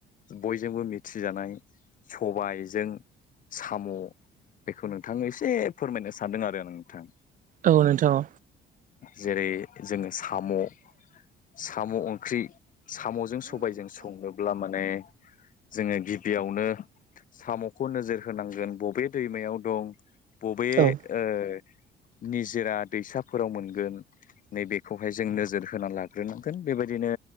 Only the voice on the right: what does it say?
औ नोंथां औ
औ